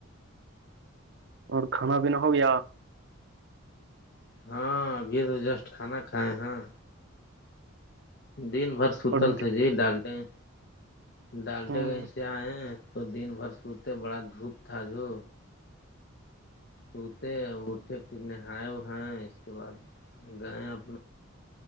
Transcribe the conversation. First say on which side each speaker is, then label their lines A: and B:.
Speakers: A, on the right; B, on the left.
A: اور کھانا پیینا ہو گیا
B: ہاں ابھی تو جسٹ کھانا کھائے ہیں دن بھر سوتل
A: اور
B: تھ جی ڈالٹیں ڈالٹے
A: ہ ہ
B: کہیں سے آئے تو دن بھر سوتے بڑا دھوپ تھا جو سوتے اٹھے پھر نہائے اائے اس کے بعد گئے اپنے